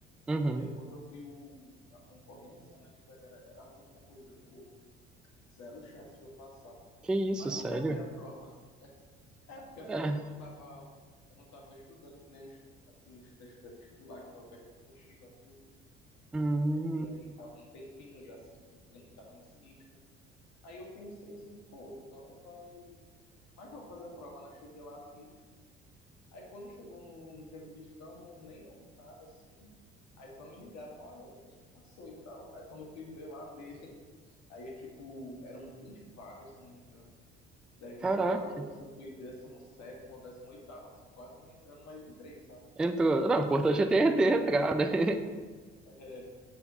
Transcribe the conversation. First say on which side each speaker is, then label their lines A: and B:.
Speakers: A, in the centre; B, on the left.
A: Uhum.
B: E aí quando eu vi o, a concorrência, né? Tipo, era, era muito concorrido, pô, zero chance de eu passar.
A: Que isso,
B: Mas
A: sério?
B: vou fazer a prova. <laughs> É, porque assim,
A: É.
B: tipo, eu não tava, eu não tava estudando que nem, os- assim, os testes pré-vestibular, que tava pegando apostila, tudo.
A: Hum,
B: E aí tava um tempinho já assim, de- que não tava nesse ritmo. Aí eu pensei assim, pô, então vai. Mas vou fazer a prova, né? Cheguei lá, fiz. Aí quando chegou no, no dia do listão, não, nem ouvi nada assim. Aí só me ligaram, olha, Lucas, tu passou e tal. Aí quando eu fui ver lá, abri. <laughs> Aí é tipo, eram 20 vagas, se eu não me engano. Das vinte
A: caraca.
B: vagas, eu acho que eu fui décimo sétimo ou décimo oitavo assim, quase não entrando, mas entrei, sabe?
A: Entrou.
B: <laughs>
A: Não,
B: Aí
A: o importante
B: deu certo.
A: é ter, ter entrada. <laughs>
B: É.